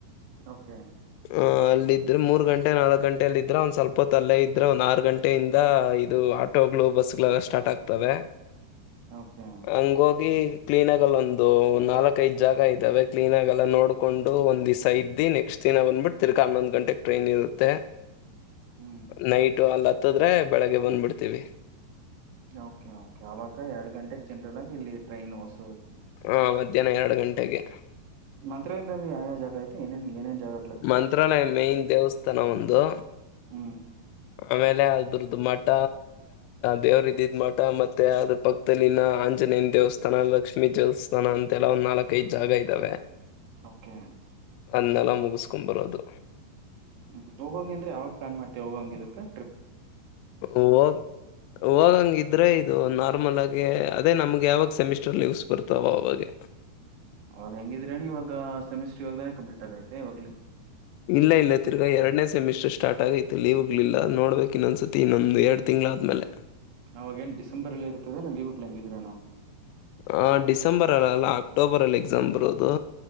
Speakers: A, on the right; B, on the left.
A: ಓಕೆ
B: ಆ ಅಲ್ಲ ಇದ್ರೆ ಮೂರ್ ಗಂಟೆ ನಾಲ್ಕಕ್ ಗಂಟೆ ಅಲ್ಲೆ ಇದ್ರೆ ಒಂದ್ ಸ್ವಲ್ಪ ತಲೆೇ ಇದ್ರೆ ಒಂದ್ ಆರು ಗಂಟೆ ಇದ ಇದು ಆಟೋಗಳು ಬಸ್ ಗಳೆಲ್ಲ ಸ್ಟಾರ್ಟ್ ಆಗ್ತವೆ
A: ಓಕೆ
B: ಹಂಗ ಹೋಗಿ ಕ್ಲೀನ್ ಆಗಲ್ಲ ಒಂದು ನಾಲ್ಕ ಐದ್ ಜಾಗ ಇದಾವೆ ಕ್ಲೀನ್ ಆಗಲ್ಲ ನೋಡ್ ಕೊಂಡು ಒಂದ್ ದಿಸಾ ಇದ್ದ ನೆಕ್ಸ್ಟ್ ದಿನ ಬಂದ್ಬಿಟ್ಟ ತಿರ್ಗಾ ಹನ್ನೊಂದು ಗಂಟೆಗೆ ಟ್ರೈನ್ ಇರುತ್ತೆ
A: ಹ್ಮ್
B: ನೈಟು ಅಲ್ಲಿ ಹತ್ತದ್ರೆ ಬೆಳಿಗ್ಗೆ ಬಂದ್ಬಿಡ್ತೀವಿ
A: ಓಕೆ ಓಕೆ ಅವಾಗ ಎರಡ್ ಗಂಟೆಗೆಗ್ ಜನರಲ್ ಆಗಿ ಇಲ್ಲಿ ಟ್ರೈನ್ ಹೊಸ
B: ಹಾ ಮಧ್ಯಾಹ್ನ ಎರಡು ಗಂಟೆಗೆ
A: ಮಂತ್ರಾಲಯದಲ್ಲಿ ಯಾವ ಯಾವ ಜಾಗ ಐತೆ ಏನೇನ್ ಜಾಗ
B: ಮಂತ್ರಾಲಯ ಮೆನ್ ದೇವಸ್ಥಾನ ಒಂದು
A: ಹ್ಮ
B: ಆಮೇಲೆ ಅದ್ರದ್ದ ಮಠ ದೇವ್ರ ಇದಿದ ಮಠ ಮತ್ತೆ ಅದ್ರ ಪಕ್ಕ ಮುತ್ತಲಿನ ಆಂಜನೇಯ ದೇವಸ್ಥಾನ ಲಕ್ಷ್ಮೀ ದೇವಸ್ಥಾನ ಅಂತೆಲ್ಲ ಒಂದ್ ನಾಲ್ಕೈದು ಜಾಗ ಇದ್ದಾವೆ
A: ಓಕೆ
B: ಅದನ್ನೆಲ್ಲ ಮುಗಿಸಕೊಂಡು ಬರೋದು.
A: ಹ ಹೋಗಂಗಂದ್ರೆ ಯಾವಾಗ ಪ್ಲಾನ್ ಮಾಡ್ತಿಯ ಹೋಗಂಗ ಇದ್ದಿದ್ರೆ.
B: <inaudible> ಹಾಗಂಗ ಇದ್ರೆ ಇದು ನಾರ್ಮಲ್ ಆಗಿ ಅದೇ ನಮ್ಗೆ ಯಾವಾಗ ಸೆಮಿಸ್ಟರ್ ಲೀವ್ಸ್ ಬರ್ತಾವ ಅವಾಗೆ.
A: ಅವವಾಗ ಹೆಂಗಿದ್ರೇನವಾಗ ಸೆಮಿಸ್ಟ್ರ ಇಗಾಗ್ದಾನ ಕಂಪ್ಲೀಟ್ ಆಗೈತೆ ಇವಾಗಲಿ..
B: ಇಲ್ಲ ಇಲ್ಲ ತಿರ್ಗ ಎರಡನೇ ಸೆಮಿಸ್ಟರ್ ಸ್ಟಾರ್ಟ್ ಆಗೈತೆ. ಮತ್ತು ಎಲ್ಲೂ ಹೋಗ್ಲಿಲ್ಲ ನೋಡ್ಬೇಕು ಇನ್ನೊಂದು ಸರ್ತಿ ಇನ್ನೊಂದು ಎರಡು ತಿಂಗಳು ಆದ್ಮೇಲೆ.
A: ಅವಾಗೇನ್ ಡಿಸೆಂಬರ್ ಅಲ್ಲಿ ಇರ್ತದೆ ನಾ ಲೀವ್ ಹ ಹೆಂಗಿದ್ರೆ ನಾವು.
B: ಆ ಡಿಸೆಂಬರ್ ಅಲ್ಲ ಅಲ್ಲ ಅಕ್ಟೋಬರ್ ಅಲ್ಲಿ ಎಕ್ಸಾಮ್ ಬರೋದು